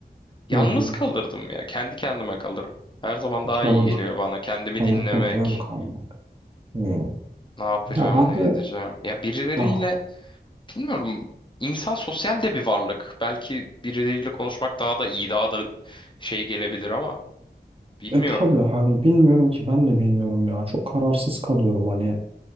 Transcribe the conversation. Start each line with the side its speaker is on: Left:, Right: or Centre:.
Left: Yalnız
Right: Hı hı.
Left: kalırdım ya. Kendi kendime kalırım. Her zaman daha
Right: Kendi,
Left: iyi geliyor bana. Kendimi
Right: kendi
Left: dinlemek.
Right: kendine mi kalmak? Hı.
Left: Ne yapacağım,
Right: Ya ben
Left: ne
Right: de
Left: edeceğim. Ya birileriyle
Right: ya
Left: bilmiyorum. İnsan sosyal de bir varlık. Belki birileriyle konuşmak daha da iyi, daha da şey gelebilir ama bilmiyorum.
Right: e tabii hani bilmiyorum ki ben de bilmiyorum ya. Çok kararsız kalıyorum hani.